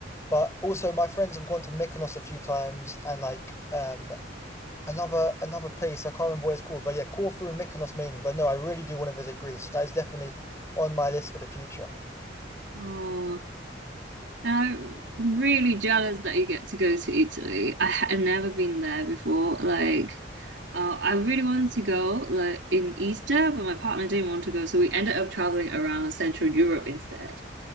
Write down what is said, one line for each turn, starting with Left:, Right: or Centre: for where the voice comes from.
Left: But also my friends have gone to Mykonos a few times and like um another another place. I can't remember what it's called, but yeah, Corfu and Mykonos mainly. But no, I really do want to visit Greece. That is definitely on my list for the future.
Right: Oh, and I'm really jealous that you get to go to Italy. I had never been there before. Like, uh, I really wanted to go like in Easter, but my partner didn't want to go, so we ended up traveling around Central Europe instead.